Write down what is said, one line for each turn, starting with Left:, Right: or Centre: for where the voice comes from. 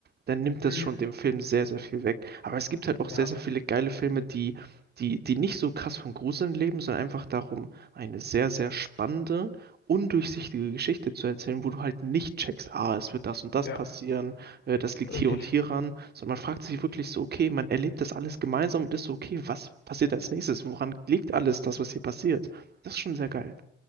Right: dann nimmt das
Left: mm,
Right: schon dem Film sehr, sehr viel weg. Aber es gibt halt auch
Left: ja.
Right: sehr, sehr viele geile Filme, die, die, die nicht so krass von Gruseln leben, sondern einfach darum, eine sehr, sehr spannende undurchsichtige Geschichte zu erzählen, wo du halt nicht checkst, ah, es wird das und das
Left: Ja.
Right: passieren, äh, das liegt
Left: Richtig.
Right: hier und hier ran, sondern man fragt sich wirklich so, okay, man erlebt das alles gemeinsam und ist so, okay, was passiert als nächstes? Woran liegt alles das, was hier passiert? Das ist schon sehr geil.